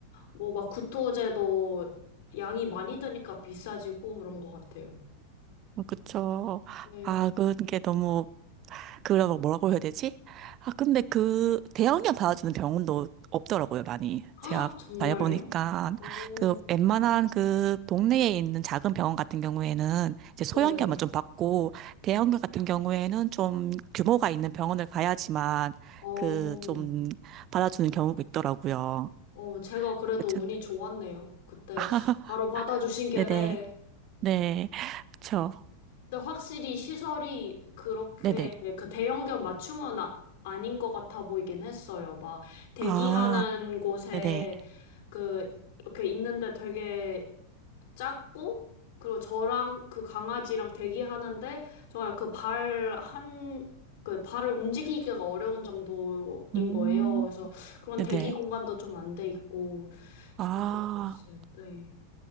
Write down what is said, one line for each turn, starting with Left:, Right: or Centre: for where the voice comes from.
Left: 뭐 막 구토제도 양이 많이 드니까 비싸지고 그런 것 같아요.
Right: 그쵸.
Left: 네.
Right: 아, 그게 너무 그래서 뭐라고 해야 되지? 아, 근데 그 대형견 받아주는 병원도 없더라고요, 많이.
Left: 아,
Right: 제가
Left: 정말요?
Right: 다녀보니까
Left: 오,
Right: 그 웬만한 그 동네에 있는 작은 병원 같은 경우에는 이제 소형견만
Left: 네.
Right: 좀 받고 대형견 같은 경우에는 좀 규모가 있는 병원을 가야지만
Left: 어,
Right: 그 좀 받아주는 경우가 있더라고요.
Left: 어, 제가 그래도
Right: 그렇죠
Left: 운이 좋았네요. 그때
Right: <laughs>
Left: 바로 받아주신 게,
Right: 네네.
Left: 네.
Right: 네. 그렇죠.
Left: 근데 확실히 시설이 그렇게
Right: 네네.
Left: 그 대형견 맞춤은 아, 아닌 것 같아 보이긴 했어요. 막 대기하는
Right: 아,
Left: 곳에
Right: 네네.
Left: 그 이렇게 있는데 되게 작고 그리고 저랑 그 강아지랑 대기하는데 정말 그 발 한 그 발을 움직이기가 어려운 정도인
Right: 음,
Left: 거예요. 그래서 그런
Right: 네네.
Left: 대기 공간도 좀 안 돼 있고
Right: 아.
Left: 그런 것 같았어요. 네.